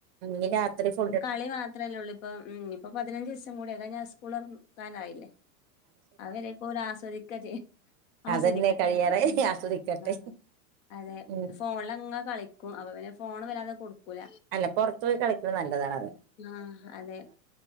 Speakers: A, on the right; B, on the left.
A: ഞ്ഞ് രാത്രി ഫു
B: കളി മാത്രെല്ലൊള്ളിപ്പം. ഉം ഞ്ഞ് പ്പം പതിനഞ്ചീസം കൂടി, അത് കയ്ഞ്ഞാ സ്കൂളൊർ ക്കാനായില്ലെ അത് വരേക്കോലാസ്വദിക്കാ ചെയ്യ ആസ്വദിക്കട്ടെ
A: അതന്നെ കഴിയാറായി
B: <unintelligible>
A: ആസ്വദിക്കട്ടെ
B: അതെ,
A: ഉം
B: ഫോണ്ലങ്ങ കളി ക്കും, അപ്പപിന്നെ ഫോണ് വല്ലാതെ കൊടുക്കൂല.
A: അല്ല പൊറർത്തോയി കളിക്ക്ണെ നല്ലതാണത്
B: ആഹ് അതെ